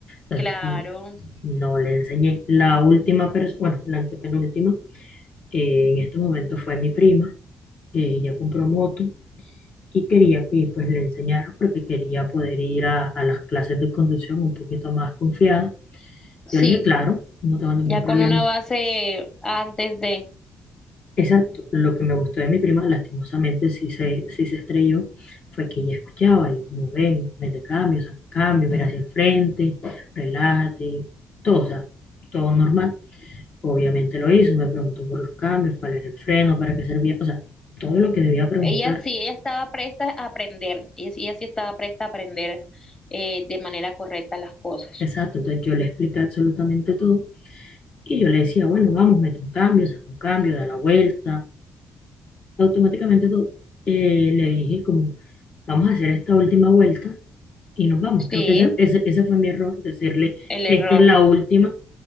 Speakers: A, on the left; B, on the left.
A: Entonces,
B: Claro.
A: mm, no le enseñé. La última persona, bueno, la antepenúltima, eh, en estos momentos fue mi prima, que ella compró moto y quería que pues le enseñara porque quería poder ir a, a las clases de conducción un poquito más confiada.
B: Sí,
A: Yo le dije, claro, no tengo ningún
B: ya
A: problema.
B: con una base antes de...
A: Exacto, lo que me gustó de mi prima, lastimosamente sí se, sí se estrelló, fue que ella escuchaba, yo como ven, mete cambio, saca cambio, mira hacia el frente, relájate, todo, o sea, todo normal. Obviamente lo hizo, me preguntó por los cambios, cuál era el freno, para qué servía, o sea, todo lo que debía preguntar.
B: Ella sí, ella estaba presta a aprender. Ella, sí- ella sí estaba presta a aprender eh, de manera correcta las cosas.
A: Exacto, entonces yo le expliqué absolutamente todo Y yo le decía, bueno, vamos, mete un cambio, saca un cambio, da la vuelta. Automáticamente to- eh, le dije como, vamos a hacer esta última vuelta y nos vamos.
B: Sí,
A: Creo que ese, ese, ese fue mi error, decirle,
B: el error.
A: esta es la última.